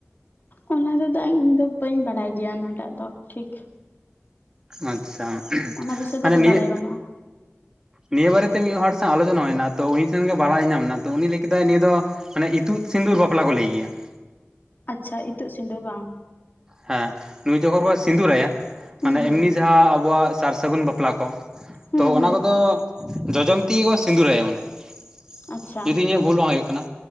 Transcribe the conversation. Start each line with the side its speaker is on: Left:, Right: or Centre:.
Left: ᱚᱱᱟ ᱫᱚ ᱫᱟ ᱤᱧ ᱫᱚ ᱵᱟᱹᱧ ᱵᱟᱰᱟᱭ ᱜᱮᱭᱟ ᱚᱱᱟᱴᱟᱜ ᱫᱚ ᱴᱷᱤᱠ
Right: ᱟᱪ ᱪᱷᱟ
Left: ᱚᱱᱟ ᱵᱤᱥᱚᱭ
Right: ᱢᱟᱱᱮ
Left: ᱛᱮᱫᱚ
Right: ᱱᱤᱭᱟᱹ
Left: ᱵᱟᱲᱟᱭ ᱵᱟᱹᱱᱩᱜᱼᱟ
Right: ᱱᱤᱭᱟᱹ ᱵᱟᱨᱮᱛᱮ ᱢᱤᱫ ᱦᱚᱲ ᱥᱟᱶ ᱟᱞᱚᱪᱚᱱᱟ ᱦᱩᱭᱱᱟ ᱛᱚ ᱩᱱᱤ ᱴᱷᱮᱱ ᱜᱮ ᱵᱟᱲᱟᱭ ᱧᱟᱢ ᱮᱱᱟ ᱛᱚ ᱩᱱᱤ ᱞᱟᱹᱭ ᱠᱮᱫᱟᱭ ᱱᱤᱭᱟᱹ ᱫᱚ ᱢᱟᱱᱮ ᱤᱛᱩᱫ ᱥᱤᱸᱫᱩᱨ ᱵᱟᱯᱞᱟ ᱠᱚ ᱞᱟᱹᱭ ᱜᱮᱭᱟ ᱾
Left: ᱟᱪ ᱪᱷᱟ ᱤᱛᱩᱜ ᱥᱤᱸᱫᱩᱨ ᱵᱟᱝ
Right: ᱦᱮᱸ ᱱᱩᱭ ᱡᱚᱠᱷᱚᱱ ᱠᱚ ᱥᱤᱸᱫᱩᱨ ᱟᱭᱟ
Left: ᱦᱩᱸ
Right: ᱢᱟᱱᱮ
Left: ᱦᱩᱸ
Right: ᱮᱢᱱᱤ ᱡᱟᱦᱟᱸ ᱟᱵᱚᱣᱟᱜ ᱥᱟᱨ ᱥᱟᱹᱜᱩᱱ ᱵᱟᱯᱞᱟ ᱠᱚ
Left: ᱦᱩᱸ
Right: ᱛᱚ
Left: ᱦᱩᱸ
Right: ᱚᱱᱟ ᱠᱚᱫᱚ ᱡᱚᱡᱚᱢ ᱛᱮᱜᱮ ᱠᱚ ᱥᱤᱸᱫᱩᱨ ᱟᱭᱟ ᱚᱱᱟ ᱾
Left: ᱟᱪᱪᱷᱟ
Right: ᱡᱩᱫᱤ ᱤᱧᱟᱹᱜ ᱵᱷᱩᱞ ᱵᱟᱝ ᱦᱩᱭᱩᱜ ᱠᱟᱱᱟ